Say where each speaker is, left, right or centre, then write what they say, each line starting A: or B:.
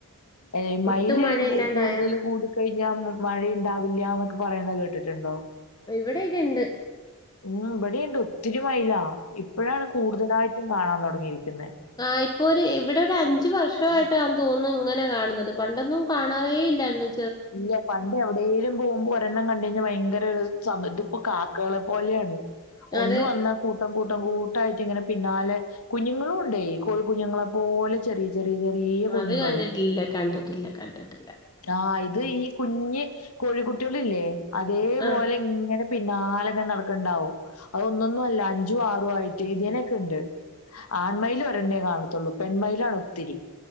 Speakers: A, on the left; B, on the left.
A: ഏഹ് മയില്
B: ഒട്ടും മഴയില്ലാണ്ടായ
A: കൂടുതൽ കൂടി കഴിഞ്ഞ മമഴയുണ്ടാവില്ല്യാന്നൊക്കെ പറയുന്നത് കേട്ടിട്ടുണ്ടോ?
B: ഇവിടെയൊക്കെ ഇണ്ട്.
A: ഉം ഇബടീണ്ട് ഒത്തിരി മയിലാ. ഇപ്പഴാണ് കൂടുതലായിട്ടും കാണാൻ തൊടങ്ങിയിരിക്കുന്നേ.
B: ആഹ് ഇപ്പോ ഒര് ഇവിടെ ഒരു അഞ്ച് വർഷായിട്ടാ തോന്നുന്നു ഇങ്ങനെ കാണുന്നത് പണ്ടൊന്നും കാണാറേ ഇല്ലായിന്നുന്ന്
A: ഇല്ല പ ണ്ടെവിടേലും പോകുമ്പോ ഒരെണ്ണം കണ്ട് കയിഞ്ഞ ഭയങ്കര ഒരു സം ഇതിപ്പോ കാക്കേളെ പോലെയാണ്. ഒന്ന്
B: അത്
A: വന്നാ കൂട്ടം കൂട്ടം കൂട്ടായിട്ട് ഇങ്ങനെ പിന്നാലെ കുഞ്ഞുങ്ങളൂണ്ടേ കോഴി കുഞ്ഞുങ്ങളെ പോലെ ചെറിയ ചെറിയ ചെറിയ കുഞ്ഞുങ്ങളും
B: അത് കണ്ടിട്ടില്ല കണ്ടിട്ടില്ല കണ്ടിട്ടില്ല.
A: ആഹ് ഇത് ഈ കുഞ്ഞി കോഴിക്കുട്ട്യേളില്ലേ അതേപോലെ
B: ആ
A: ഇങ്ങനെ പിന്നാലങ്ങെനെ നടക്ക്ണ്ടാവും. അതൊന്നൊന്നുല്ല അഞ്ചും ആറു ആയിട്ട്. ഇതിനൊക്കെണ്ട്. ആൺമയില് ഒരെണ്ണെ കാണത്തൊള്ളു പെൺമയിലാണ് ഒത്തിരി.